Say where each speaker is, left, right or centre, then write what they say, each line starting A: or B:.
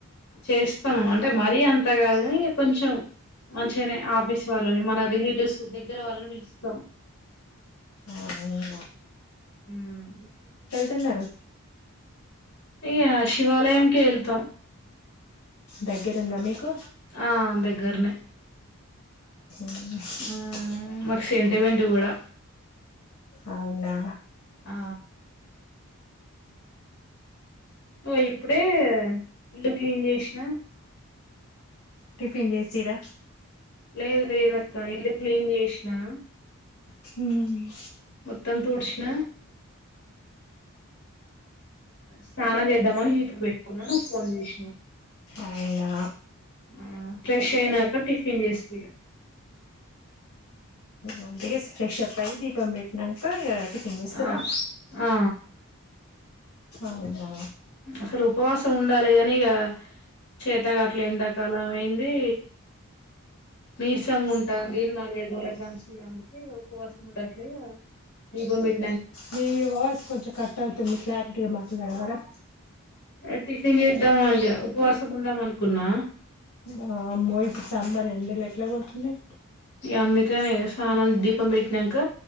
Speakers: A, on the left; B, on the left.
A: చేస్తాం అంటే మరీ అంత కాదు గాని కొంచెం మంచిగానే ఆఫీస్ వాళ్ళని మన రిలేటివ్స్ దగ్గర వాళ్ళని పిలుస్తాం
B: ఆహా
A: మ్మ్.
B: తున్నారు
A: ఇగ శివాలయంకే వెళ్తాం
B: దగ్గర ఉందా మీకు
A: ఆ దగ్గరనే
B: స్ <inaudible>
A: మ్మ్. మాకు సెంటిమెంట్ కూడా
B: అవునా
A: ఆ ఓ ఇప్పుడే ఇల్లు క్లీన్ చేసినా
B: టిఫిన్ చేసిర్రా
A: లేదు లేదు అక్క ఇల్లు క్లీన్ చేసినా
B: హూమ్
A: మొత్తం తూడిచిన స్నానం చేద్దామని హీటర్ పెట్టుకున్నా నువ్వు ఫోన్ చేసినావు
B: అవునా
A: ఆ ఫ్రెష్ అయినాక టిఫిన్ చేస్త ఇగా
B: ఆ ఇగా ఫ్రెష్ అప్ అయ్యి దీపం పెట్టినంక్కా టిఫిన్ చేస్తవా
A: ఆ ఆ
B: అవునా
A: అసలు ఉపవాస ఉండాలి కాని ఇగా చేతకావట్లే ఎండాకాలం అయింది నీరసంగా ఉంటాది నాలుగై రోజులకా నుంచి అందుకే ఉపవాసం ఉండట్లే దీపం పెట్టి
B: నీ వాయిస్ కొంచెం కట్ అవుతుంది క్లారిటీగా మాట్లాడవారా
A: ఏ టిఫిన్ చేద్దామా ఇగా ఉపవాసం ఉందాం అనుకున్నా
B: వామ్మో ఇప్పుడు సమ్మర్ ఎండలు ఎట్లా కొడుతున్నాయి
A: యా అందుకనే స్నానం దీపం పెట్టిన్నాంక